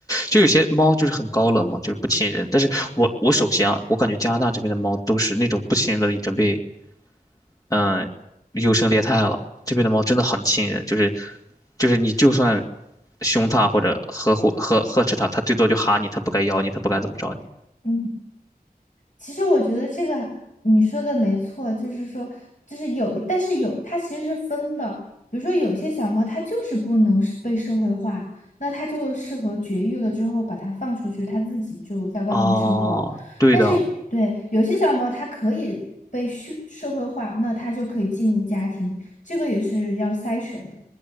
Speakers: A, on the left (about 20°); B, on the left (about 50°).
A: 就有些猫就是很高冷嘛，就是不亲人。但是我我首先啊，我感觉加拿大这边的猫都是那种不亲人的，已经被嗯，优胜劣汰了。这边的猫真的很亲人，就是就是你就算凶它或者呵护呵呵斥它，它最多就哈你，它不敢咬你，它不敢怎么着你。
B: 嗯。其实我觉得这个你说的没错，就是说，就是有，但是有，它其实是分的。比如说，有些小猫它就是不能是被社会化，那它就适合绝育了之后把它放出去，它自己就在外面生活。
A: 哦，对的，
B: 但是，对，有些小猫它可以被社社会化，那它就可以进入家庭，这个也是要筛选的。